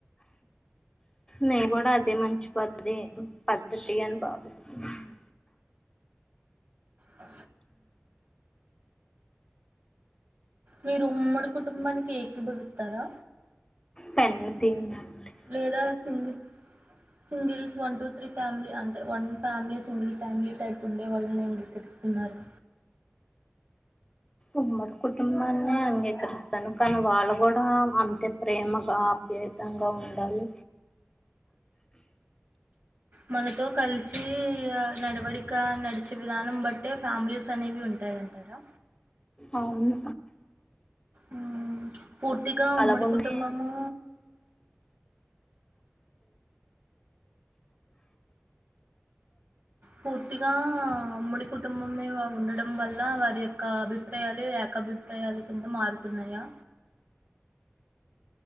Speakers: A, on the left; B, on the right.
A: నే కూడా అదే మంచి పద్ధతి పద్ధతి అని భావిస్తున్నాను
B: అ మీరు ఉమ్మడి కుటుంబానికి ఏకిభావిస్తారా
A: పెన్ను తీయండి
B: లేదా single singles one two three family అంటే one family single family type ఉండే వాళ్ళని అంగీకరిస్తున్నారు
A: ఉమ్మడి కుటుంబాన్ని అంగీకరిస్తాను కానీ వాళ్ళు కూడా అంతే ప్రేమగా అప ఆప్యాయంగా ఉండాలి
B: మనతో కలిసి నడవడిక నడిచే విధానం భట్టే ఫ్యామిలీస్ అనేవి ఉంటాయింటారా
A: అవును
B: ఉ పూర్తిగా ఉమ్మడి
A: అలాగున్నే
B: కుటుంబము పూర్తిగా ఉమ్ముడి కుటుంబమే వాళ్ళుండేది ఉండడంవల్ల వారి యొక్క అభిప్రాయాలు ఏకభిప్రాయాలు కింద మారుతున్నాయా